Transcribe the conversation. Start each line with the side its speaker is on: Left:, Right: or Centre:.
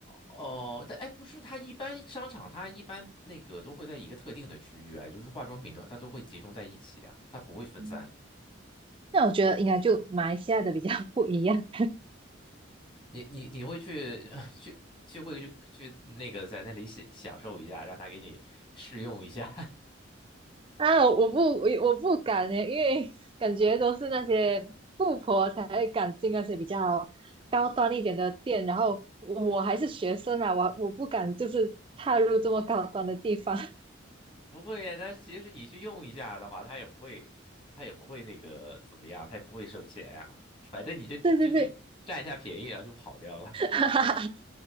Left: 哦，但哎，不是，它一般商场它一般那个都会在一个特定的区域啊，就是化妆品的它都会集中在一起啊，它不会分散。
Right: 嗯那我觉得应该就马来西亚的比较不一样，
Left: 你你你会去 <laughs> 去去会去去那个在那里享享受一下，让他给你试用一下，
Right: 啊，我不，我我不敢耶，因为感觉都是那些富婆才会敢进那些比较高端一点的店，然后我还是学生啊，我我不敢就是踏入这么高端的地方。<laughs>
Left: <laughs> 不会啊，但其实你去用一下的话，他也不会他也不会那个怎么样，他也不会收钱啊，反正你就就就占一下便宜，
Right: 对对对，
Left: 然后就跑掉了。
Right: <laughs> 哈哈哈，